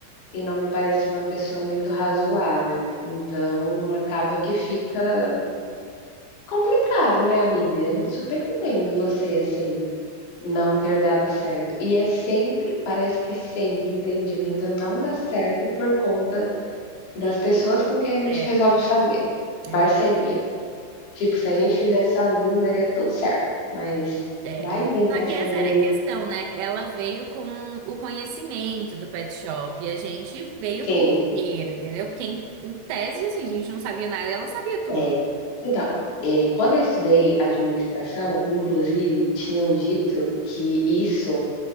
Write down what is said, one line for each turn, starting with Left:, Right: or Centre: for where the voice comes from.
Left: e não me parece uma pessoa muito razoável. Então acaba que fica complicado, né, amiga? Eu super entendo você, assim, não ter dado certo. E é sempre parece que sempre empreendimento não dá certo por conta das
Right: De-
Left: pessoas com quem a gente
Right: É,
Left: resolve fazer
Right: exato.
Left: parceria. Tipo, se a gente fizesse sozinho, daria tudo certo, mas
Right: É.
Left: vai inventar
Right: Só que
Left: de
Right: essa
Left: fazer
Right: era a questão, né? Ela veio com o conhecimento do pet shop e a gente veio
Left: sim.
Right: com o dinheiro, entendeu? Porque em, em tese, assim, a gente não sabia nada e ela sabia tudo.
Left: É. Então, eh, quando eu estudei administração, inclusive tinham dito que isso,